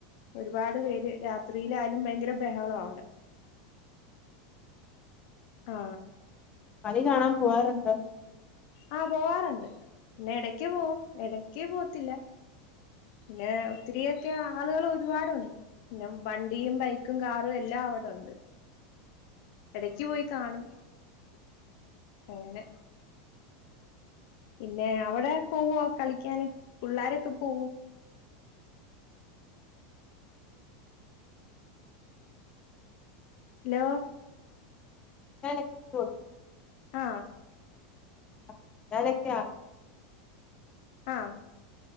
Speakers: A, on the left; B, on the left.
A: ഒരുപാട് പേര് രാത്രിയിലായാലും ഭയങ്കര ബഹളം ആ അവ്ടെ ആ
B: കളി കാണാൻ പോവാറുണ്ടോ?
A: ആ പോവാറുണ്ട് പിന്നെ എടക്ക് പോവും എടക്ക് പോവത്തില്ല പിന്നെ ഒത്തിരി ഒക്കെ ആളുകൾ ഒരുപാടുണ്ട് പിന്നെ വണ്ടിയും ബൈക്കും കാറും എല്ലാം അവ്ടെ ഉണ്ട് എടക്ക് പോയി കാണും അങ്ങനെ പിന്നെ അവിടെ പോവോ കളിക്കാന് പിള്ളാരൊക്കെ പോവോ ഹലോ
B: <inaudible>
A: ആഹ
B: ആ ഞാനൊക്കെയ ആണ് <unintelligible>
A: ആഹ